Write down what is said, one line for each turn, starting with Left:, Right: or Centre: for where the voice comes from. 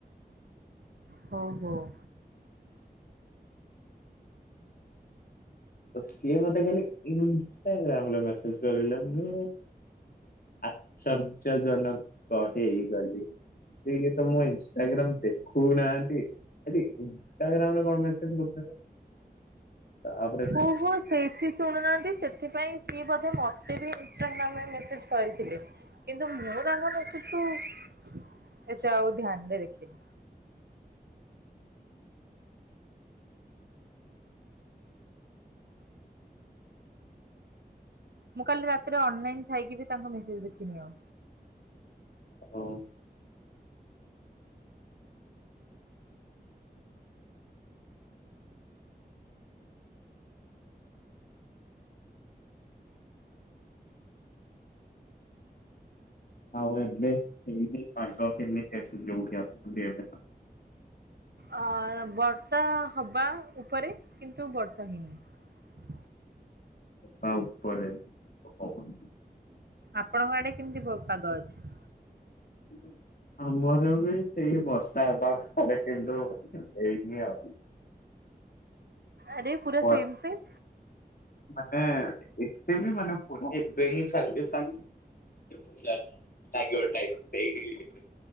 Right: ହୋଉ ହୋଉ।
Left: ତ ସିଏ ମତେ କାଲି ଇନଷ୍ଟାଗ୍ରାମରେ ମେସେଜ କରିଲେ ମୁଁ ଆଶ୍ଚର୍ଯ୍ୟ ଜନକ ହେଇଗଲି। ଏଇ ଘୀତ ମୋ ଇନଷ୍ଟାଗ୍ରାମ୍ ଦେଖୋଉନାହାନ୍ତି। ଆବେ ଇନଷ୍ଟାଗ୍ରାମ୍ ରେ କଣ ମେସେଜ୍ କରୁଥିଲା ବେ ତ ଆ
Right: ଓହୋ ସେଇଥି ଶୁଣୁନାହାନ୍ତି ସେଥିପାଇଁ ସିଏ ବୋଧେ ମତେ ବି ଇନ୍ ଇନଷ୍ଟାଗ୍ରାମ୍ ରେ ମେସେଜ୍ କହିଥିଲେ କିନ୍ତୁ ମୁଁ ତାଙ୍କ ମେସେଜ୍ କୁ ଏତେ ଆଉ ଧ୍ୟାନରେ ଦେଖିନି। ମୁଁ କାଲି ରାତିରେ ଅନଲାଇନ ଥାଇକି ବି ତାଙ୍କ ମେସେଜ ଦେଖିନି ଆଉ।
Left: ହୋଉ। ଆଉ ଏବେ ହେଇନେ ପାଗ କେମିତି ଅଛି। ଯୋଉଠି ଆସୁଛନ୍ତିଏବେ?
Right: ଆ ବର୍ଷା ହବା ଉପରେ କିନ୍ତୁ ବର୍ଷା ହେଇନି।
Left: ହଁ ଟସ୍ ଉପରେ <inaudible>
Right: ଆପଣଙ୍କ ଆଡେ କେମିତିଲ ପ ପାଗ ଅଛି?
Left: <unintelligible> ଆମର ବି ସେଇ ବର୍ଷା ହେବା ଉପରେ କିନ୍ତୁ ହେଇନି ଆଉ।
Right: ଆରେ ପୁରା
Left: ପରେ
Right: ସେମ୍ ସେମ୍।
Left: ମାନେ ଏତେ ବି ମାନେ ପୁରା ଏବେ ହିଁ ସାଙ୍ଗେ ସାଙ୍ଗ <unintelligible> ଲାଗିବ ଟାଇମ୍ ସେଇ <unintelligible>